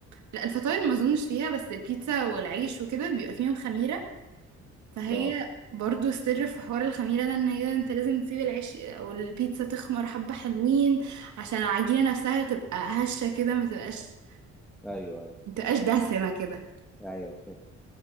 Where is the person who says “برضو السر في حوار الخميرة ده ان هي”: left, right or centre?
Right